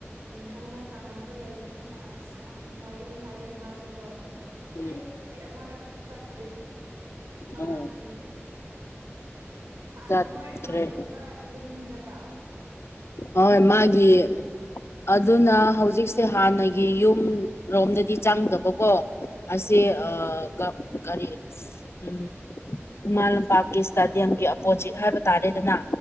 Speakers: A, on the right; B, on the left.
A: ꯎꯝ ꯈꯪꯅ ꯆꯥꯟꯅꯕ ꯂꯩꯕꯅꯤꯅ ꯑꯁ ꯌꯥꯝ ꯅꯨꯡꯉꯥꯏꯌꯦ ꯍꯥꯏꯌꯦ ꯃꯥꯁꯨꯀꯣ
B: ꯎꯝ
A: ꯑꯩꯗꯤ ꯑꯃꯔꯛ ꯁꯨꯆꯠꯇ꯭ꯔꯤ ꯃꯥꯒꯤ
B: ꯑꯣ ꯆꯠꯈ꯭ꯔꯦ
A: ꯅꯥ ꯃꯣꯏ ꯃꯥ ꯂꯩꯕ ꯌꯨꯝꯗꯨꯗꯔꯥ
B: ꯍꫭꯏ ꯃꯥꯒꯤ ꯑꯗꯨꯅ ꯍꯧꯖꯤꯛꯁꯦ ꯍꯥꯟꯅꯒꯤ ꯌꯨꯝ ꯔꯣꯝꯗꯗꯤ ꯆꯪꯗꯕꯀꯣ ꯑꯁꯤ
A: ꯎꯝ
B: ꯑꯥ ꯀ ꯀꯔꯤ ꯎꯝ ꯈꯨꯨꯝꯃꯥꯜ ꯂꯝꯄꯥꯛꯀꯤ ꯏꯁꯇꯥꯗꯤꯌꯝꯒꯤ ꯑꯣꯄꯣꯖꯤꯠ ꯍꯥꯏꯕ ꯇꯥꯔꯦꯗꯅ